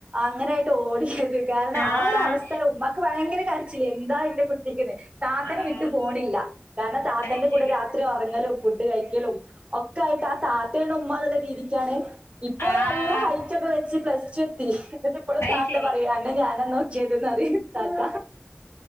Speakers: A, on the right; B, on the left.
A: അങ്ങനായിട്ട് ഓടിയത്. കാരണം
B: ആഹ്
A: ആ ഒരു അവസ്ഥയാണ്. ഉമ്മാക്ക് ഭയങ്കര കരച്ചിൽ എന്താ എന്റെ കുട്ടിക്കുന്ന്. താത്തനെ
B: ആഹ്
A: വിട്ടു പോണില്ല. കാരണം താത്തന്റെ
B: അയ് ശരി
A: കൂടെ രാത്രി ഉറങ്ങലും ഫുഡ് കഴിക്കലും ഒക്കെ ആയിട്ട് ആ താത്തേയുടെ ഉമ്മാ എന്നുള്ള രീതിക്കാണ്. ഇപ്പോൾ
B: ആഹ്
A: നല്ല ഹൈ വെച്ച് പ്ലസ് ടു എത്തി. എന്നിട്ട് ഇപ്പോളും
B: അയ്
A: താത്ത
B: ശരി
A: പറയും അന്നെ ഞാനാ നോക്കിയതെന്ന് പറയും. താത്ത